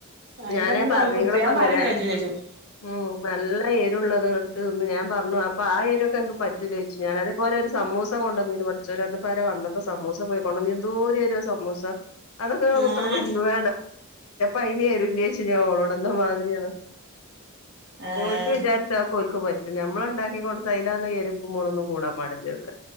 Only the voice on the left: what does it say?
ഞാനാ പറഞ്ഞിക്ണ്
<unintelligible> നല്ല എരുള്ളത് എടുത്ത് ഒന്ന് ഞാൻ പറഞ്ഞു ആ എരുക്കേ അനക്ക് പറ്റും ലേ ചോച്ചു അതുപോലെ. ഒരു സമൂസ കൊണ്ടരിന്നു കൊണ്ടനിനു പട <unintelligible> സമൂസ പോയിക്കോണ്ടോനീനു എന്തേരെരു സമൂസ അതൊക്കെ നി
കുത്രൊന്നന്ന് <unintelligible> അതിന് ഒരു ഇല്ലേന്ന് ഞാൻ ഓളോടന്ന മാതിരിയണ്
ഓൽക്ക് വിചാരിച്ചാ ഓൽക്ക് പറ്റു നമ്മള് ഉണ്ടാക്കി കൊടുത്ത അയില് എരു ഇപ്പ് മേളൊന്നും കൂടാ പാടില്ലന്